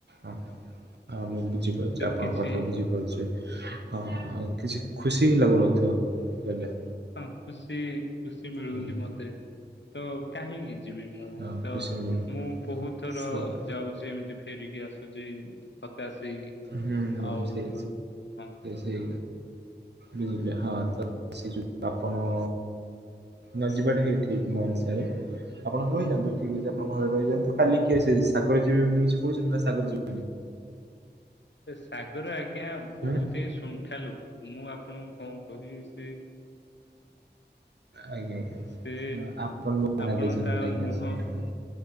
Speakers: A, on the right; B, on the left.
A: ହଁ ହଁ ମୁଁ ବୁଝିପାରୁଛି,
B: ତ
A: ଆପଣଙ୍କ
B: କିଛି
A: କଥା ବୁଝିପାରୁଛି। ହଁ ହଁ କିଛି ଖୁସି ହି ଲାଗୁନଥିବ ବେଲେ
B: ହଁ ଖୁସି ଖୁସି ମିଳୁନି
A: ଆଜ୍ଞା
B: ମତେ ତ କାହିଁକି? ଯିବି ମୁଁ
A: ହଁ ଖୁସି
B: ତ
A: ମିଳିବ
B: ମୁଁ ବହୁତ ଥର
A: ସେଇ
B: ଯାଉଛି ଏମିତି ଫେରିକି ଆସେ ହଉଛି ତତେ ଆସି
A: ହୁଁ ହୁଁ
B: ଆଉ
A: ସେଇ
B: ହଁ।
A: ସେ ବୁଝିଲି ହଁ ତ ସେ ଯଉ ଆପଣ ନ ଯିବାଟା ହିଁ ଠିକ ମୋ ହିସାବରେ। ଆପଣ ରହିଯାନ୍ତୁ। ଠିକ ଅଛି ଆପଣ ଘରେ ରହିଯାନ୍ତୁ। କାଲି କିଏ ସାଗର ଯିବେ ବୋଲି କିଛି କହୁଛନ୍ତି? ନା ସାଗର ଯିବେ?
B: ସାଗର ଆଜ୍ଞା ବହୁତ
A: ହୁଁ
B: ହିଁ ଶୁଣ୍ଠା ଲୁକ। ମୁଁ ଆପଣଙ୍କୁ କଣ କହିବି ସେ
A: ଆଜ୍ଞା ଆଜ୍ଞା
B: ସେ
A: ଆପଣ ମନା
B: ଆପଣ
A: ଦେଇଛନ୍ତି
B: ତା
A: ଆଜ୍ଞା
B: ଆଉ ମୁହଁ
A: ଶୁଣିଥିଲି